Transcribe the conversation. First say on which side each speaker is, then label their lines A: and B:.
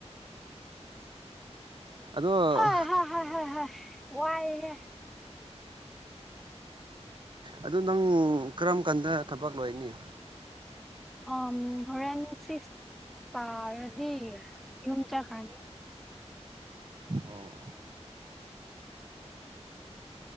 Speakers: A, on the right (about 45°); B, in the centre.
A: ꯑꯗꯣ
B: ꯍꯥꯢ ꯍꯥꯢ ꯍꯥꯢ ꯍꯥꯢ ꯍ ꯋꯥꯏꯍꯦ
A: ꯑꯗꯨ ꯅꯪ ꯀꯔꯝ ꯀꯥꯟꯗ ꯊꯕꯛ ꯂꯣꯏꯅꯤ
B: ꯑꯣ ꯍꯣꯔꯦꯟ ꯁꯤꯛꯁ ꯇꯥꯔꯗꯤ ꯌꯨꯝ ꯋꯠꯈ꯭ꯔꯅꯤ
A: ꯑꯣ